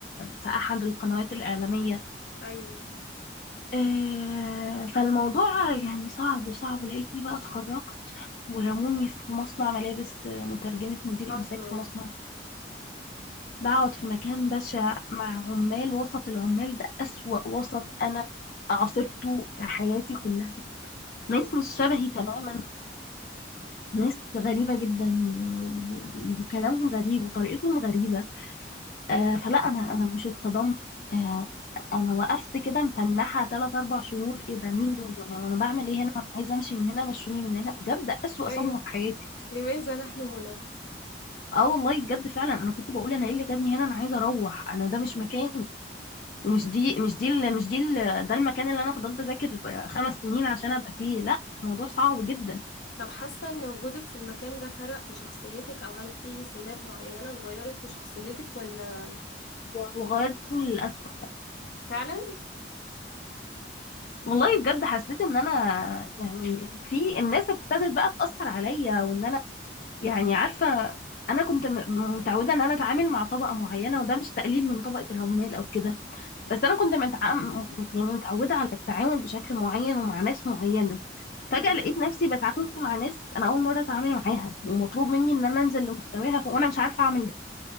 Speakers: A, on the left (about 50°); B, on the left (about 70°).
A: في أحد القنوات الإعلامية
B: ايوه
A: آه، فالموضوع يعني صعب صعب لقيتني بقى اتخرجت ورموني في مصنع ملابس آه، مترجمة مدير
B: اصلا
A: إنتاج في مصنع بقعد في مكان بشع مع عمال وسط العمال ده أسوأ وسط أنا عاصرته في حياتي كلها ناس
B: ايوه
A: مش شبهي تماما ناس غريبة جدا و- و- وكلامهم غريب وطريقتهم غريبة آه فلا أنا أنا مش اتصدمت آه أنا وقفت كده متنحة تلات أربع
B: <laughs>
A: شهور إيه ده مين دول وأنا أنا بعمل إيه هنا أنا عايزة أمشي من هنا مشوني من هنا بجد أسوأ
B: ايوه
A: صدمة في حياتي
B: لماذا نحن هنا
A: اه والله بجد فعلا انا كنت بقول انا ايه اللي جابني هنا انا عايزه اروح انا ده مش مكاني ومش دي مش دي ال- مش دي ال- ده المكان اللي انا فضلت اذاكر خمس سنين عشان ابقى فيه لا الموضوع صعب جدا
B: طب حاسة ان وجودك في المكان ده فرق في شخصيتك او هل في سمات معينة اتغيرت في شخصيتك ولا
A: وغيرني للأسوأ
B: فعلا
A: والله بجد حسيت ان انا يعني في الناس ابتدت بقى تأثر عليا وان انا يعني عارفة انا كنت م- متعودة ان انا اتعامل مع طبقة معينة وده مش تقليل من طبقة العمال او كده بس انا كنت متع... يعني متعودة على التعامل بشكل معين ومع ناس معينة فجأة
B: ايوه
A: لقيت نفسي بتعامل مع ناس انا اول مرة اتعامل معاها ومطلوب مني ان انا انزل لمستواها ف... وانا مش عارفة اعمل ده